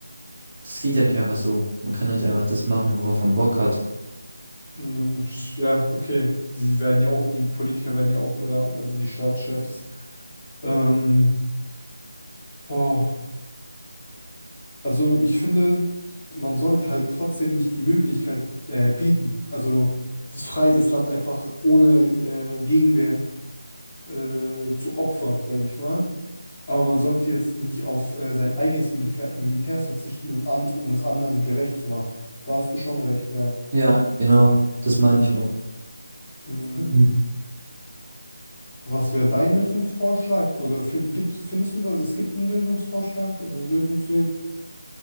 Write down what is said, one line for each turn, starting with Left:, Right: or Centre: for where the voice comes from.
Right: Das geht ja nicht einfach so. Man kann ja nicht einfach das machen, worauf man Bock hat.
Left: mm, ja, okay. Die werden ja auch, die Politiker werden ja auch beraten, also die Staatschefs. Ähm, oh, also ich finde, man sollte halt trotzdem nicht die Möglichkeit äh, bieten, also das frei das Land einfach ohne äh, Gegenwehr äh, zu opfern, sage ich mal. Aber man sollte jetzt nicht auf äh, sein eigenes Militär, Militär verzichten, um, an, um es anderen gerecht zu machen. Da hast du schon recht, ja.
Right: Ja, genau, das meine ich auch.
Left: Mm,
Right: Mhm.
Left: was wäre dein Lösungsvorschlag? Oder fi- gibt's, findest du, dass es gibt einen Lösungsvorschlag, also Lösungsweg?